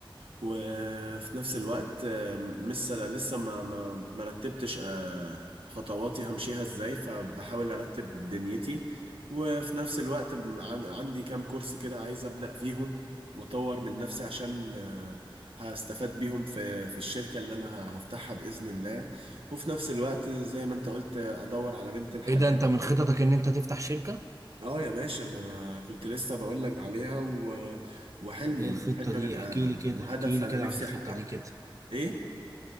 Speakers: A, on the right; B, on the right.
A: وفي نفس الوقت آم، لسه لسه ما ما ما رتبتش آه، خطواتي همشيها ازاي فبحاول ارتب دنيتي وفي نفس الوقت ب- عن- عندي كام كورس كده عايز ابدا فيهم واطور من نفسي عشان آه، هستفاد بيهم في في الشركة اللي انا ه- هفتحها باذن الله وفي نفس الوقت زي ما انت قلت آه، ادور على بنت الحلال
B: ايه ده انت من خططك ان انت تفتح شركة؟
A: اه يا باشا ما كنت لسه بقول لك عليها و- وحلم
B: ايه الخطة
A: حلم
B: دي؟
A: من آه،
B: احكي لي كده
A: وهدف
B: احكي لي
A: انا
B: كده
A: نفسي
B: عن الخطة
A: احققه
B: دي كده
A: ايه